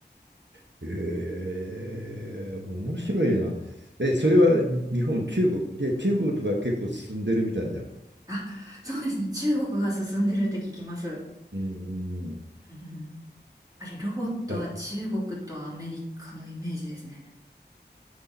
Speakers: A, on the right (about 80°); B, on the right (about 20°).
A: ええ面白いな。え、それは日本、中国。で、中国とか結構進んでるみたいじゃん。
B: あ、そうですね。中国が進んでるって聞きます。
A: うんうんうん。い
B: うん、やっぱりロボットは中国とアメリカのイメージですね。
A: や、